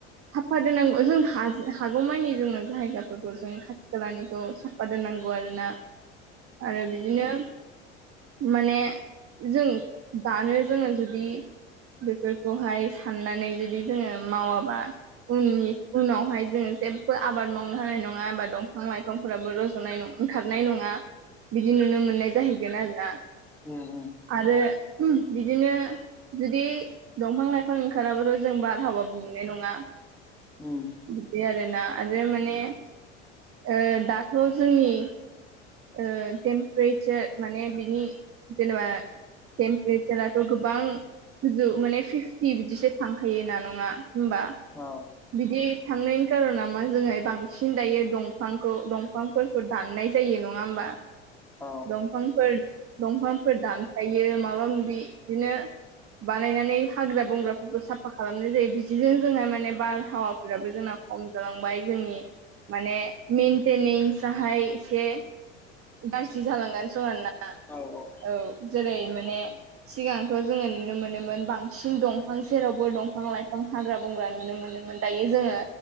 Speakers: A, on the right; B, in the centre.
A: साफा दोनांगौ जों हाजो हागौमानि जोंङो जायगाफोर खौ जों खाथि खालानिखौ साफा दोननांगौ आरोना आरो बिदि बिदिनो माने जों दानो जोंङो जुदि बेफोर खहाय साननानै जुदि जोंङो मावाबा उननि उनावहाय जोंङो जेबो आबाद मावनो हानाय नङा एबा दंफां-लाइफां बिफांफोराबो रज'नाय ओंखारनाय नङा बिदि नुनो मोननाय जाहैगोन आरो ना।
B: उम उम।
A: आरो <inaudible> बिदिनो जुदि दंफां- लाइफां ओंखाराबाथ' जों बारहावाबो मोननाय नङा।
B: उम उम
A: बिदि आरोना आरो माने ओ दाथ' जोंनि ओ टेमपारेसार माने बिनि जेनेबा टेम्पारेसाराथ' गोबां गोजौ माने फिफ्टि थि बिदिसो थांखायो ना नङा होमबा।
B: औ।
A: बिदि थांनायनि कारनाव मा जों बांसिन दायो दंफांखौ दंफा दंफांफोरखौ दाननाय जायो नङा होमबा
B: औ
A: दंफां फोर दंफांफोर दानफायो माबा-माबि बिदिनो बानायनानै हाग्रा-बंग्राफोरखौ साफा खालामनाय जायो बिदिजों जोंहा माने बारहावाफोराबो जोंना खम जालांबाय जोंनि माने मेनटेनेन्स आहाय एसे गाज्रि जालांगासिनो दं आरोना
B: औ
A: औ जेरै माने सिगांथ जोंङो नुनो मोनोमोन बांसिन दंफां सेरावबो दंफां लाइफां गोबां हाग्रा बंग्रा नुनो मोनोमोन दायो जोंङो